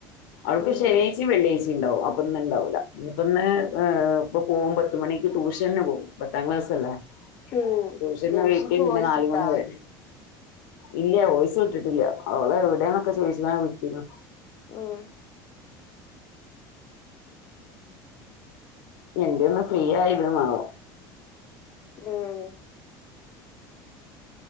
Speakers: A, on the left (about 80°); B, on the left (about 25°).
A: അവൾക്ക്
B: ഉം
A: ശനിയാ്ഴ് ച്ചിം വെള്ളിയാഴ്ച്ചിം ണ്ടാവും അപ്പൊന്ന് ണ്ടാവൂല ഞ്ഞിപ്പന്ന് ആ ഇപ്പ പോകും പത്ത് മണിക്ക് ട്യൂഷന് പോകും പത്താം ക്ലാസ് ത്ത്ല്ലേ
B: ഉം
A: ട്യൂഷന്
B: ജംഷിക്ക്
A: വൊയ്റ്റ് പിന്നെ
B: വോയിസ്
A: നാലുമണി
B: ഇട്ടാ
A: വരെ ഇല്യ വോയ്സ് വിട്ടിട്ടില്ല അവള് എവ്ടെന്നൊക്കെ ചോതിച്ച്ങ്ങാണ്ട് വിട്ടീന്നു
B: ഉം
A: എന്ത്യാ ഒന്ന് ഫ്രീ ആയത് ന്നാവം
B: ഉം